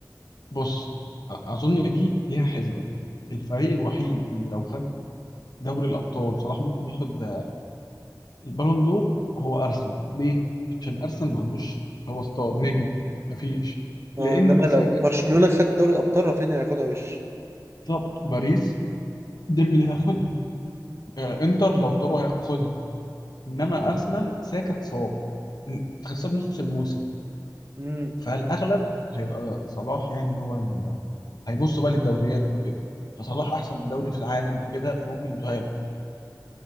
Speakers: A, on the left; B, on the right.
A: بص اظن دي ليها حسبه الفريق الوحيد اللي لو خد دوري الابطال صلاح ممكن ياخد البالون دور هو ارسنال ليه عشان ارسنال ما عندوش اللي هو ستار نجم مفيش
B: آه
A: لان
B: انما لو
A: ساكا
B: برشلونة خد الدوري الابطال رافينيا هياخدها وش
A: بالظبط باريس ديمبلي هياخدها آه، انتر لو طاروا هياخدها انما ارسنال ساكا اتصاب خسر نص الموسم
B: امم
A: فالاغلب هيبقى صلاح يعني هو ال... هيبص بقى للدوريات وكده فصلاح احسن دوري في العالم وكده فممكن يدوها له